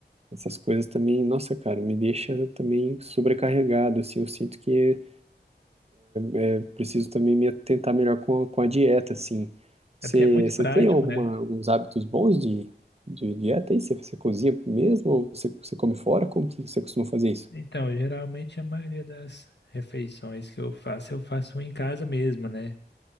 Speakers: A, on the right; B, on the left.
A: essas coisas também, nossa, cara, me deixa também sobrecarregado, assim. Eu sinto que eu preciso também me atentar melhor com a, com a dieta, assim. Você
B: é porque é muito
A: você
B: prático,
A: tem alguma,
B: né?
A: alguns hábitos bons de, de dieta aí? Você você cozinha mesmo ou você, você come fora? Como que você costuma fazer isso?
B: Então, geralmente a maioria das refeições que eu faço, eu faço em casa mesmo, né?